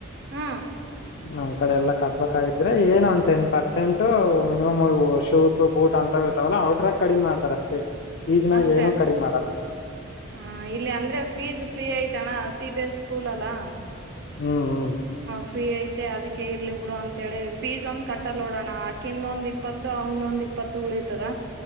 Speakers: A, on the right; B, on the left.
A: ಹ್ಮ್
B: ನಮ್ ಕಡೆ ಎಲ್ಲಾ ಕಟ್ಬೇಕಾಗಿದ್ರೆ ಏನ ಒಂದ ten percent minimum shoes boot ಅಂತ ತಾವಲ್ಲ ಅವ್ರ ಟ್ರಕ್ ಕಡಿಮೆ ಮಾಡತ ಅಷ್ಟೇ ಫೀಜ್ನಾಗ
A: ಅಷ್ಟನ್
B: ಏನು ಕಡಿಮೆ ಮಾಡಲ್ಲ
A: ಹ ಇಲ್ಲಿ ಅಂದ್ರೆ ಫೀಸ್ ಫ್ರೀ ಆಯ್ತಣ್ಣ ಸಿ ಬಿ ಎಸ್ ಸ್ಕೂಲ್ ಅಲ್ಲಾ
B: ಹ್ಮ್ ಹ್ಮ್
A: ಫ್ರೀ ಐತೆ ಅದಕ್ಕೆ ಇರಲಿ ಬಿಡು ಅಂತಥೇಳಿ ಫೀಸ್ ಒಂದು ಕಟ್ಟಲ್ ನೋಡೋಣ ಆಕಿಂದ ಒಂದು ಇಪ್ಪತ್ತು ಅವನೊಂದ್ ಇಪ್ಪತ್ತು ಉಳಿತದ